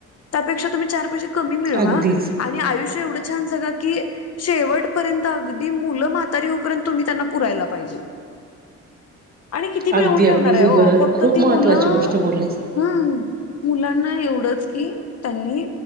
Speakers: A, on the left; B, on the right.
A: त्यापेक्षा तुम्ही चार पैसे कमी
B: अगदीच
A: मिळवा आणि आयुष्य एवढं छान जगा की शेवट पर्यंत अगदी मुलं म्हातारी होऊपर्यंत तुम्ही त्यांना पुरायला पाहिजे. आणि किती मिळवून
B: अगदी
A: ठेवणार
B: अगदी
A: आहे.
B: ही
A: ओ
B: गरज
A: फक्त
B: खूप
A: ती मुलं
B: महत्त्वाची गोष्ट बोललीस
A: हम मुलांना एवढंच की त्यांनी